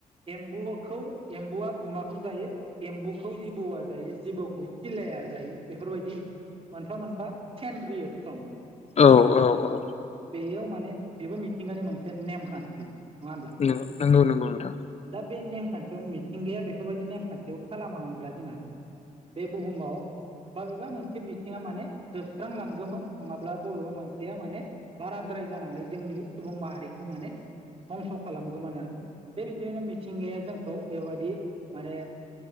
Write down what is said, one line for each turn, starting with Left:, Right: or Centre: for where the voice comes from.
Right: एम्बौखौ एम्बुआ गुमाखौ जायो एम्बौखौ जिबौआ जायो जिबौखौ सिलाया जायो बेफोरबायदि मोनफा मोनफा सेन रिएकसन
Left: औ औ औ
Right: बेयाव माने बेबो मिथिंगानि मोनसे नेमखान्थि होनब्ला
Left: नोंगं नोंगौ नोंगौ नोंथां
Right: दा बे नेमखान्थियाव मिथिंगाया बेफोरबायदि नेमखान्थियाव खालामामोनब्ला जोंहा बे बुहुमाव बाबेबा मोनसे बिथिङा माने जोबस्रांलांगौमोन नङाब्ला बबेबा मोनसेया माने बाराद्राय जानानै जोंनि सुबुं माहारिखौ माने धंस' खालामगौमोन आरो बेबायदिनो मिथिंगाया जोंखौ बेबायदि माने